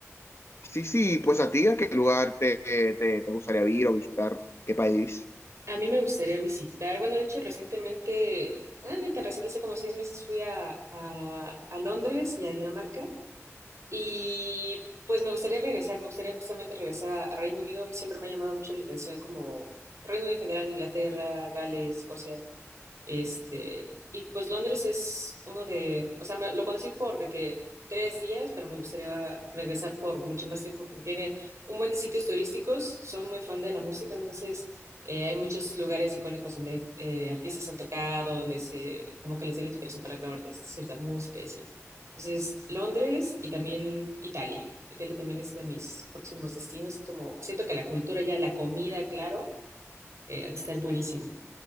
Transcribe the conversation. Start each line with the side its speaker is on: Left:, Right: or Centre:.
Left: Sí, sí, pues a ti, ¿a qué lugar te, te, te gustaría ir o visitar? ¿Qué país?
Right: A mí me gustaría visitar, bueno, de hecho recientemente, bueno, ni tan reciente, hace como seis meses fui a, a, a Londres y a Dinamarca, y pues me gustaría regresar, me gustaría justamente regresar a, a Reino Unido, siempre me ha llamado mucho la atención como Reino Unido en general, Inglaterra, Gales, Escocia, Este, y pues Londres es uno de, o sea, me- lo conocí por de que tres días, pero me gustaría regresar por mucho más tiempo porque tiene un buen de sitios turísticos, son muy fan de la música, entonces eh, hay muchos lugares icónicos donde eh, artistas han tocado, donde se, como que les dio la inspiración para grabar de- este, cierta música y así. Entonces, Londres y también Italia. Italia también es uno de mis próximos destinos, como siento que la cultura ya, la comida, claro, eh, ha de estar buenísimo.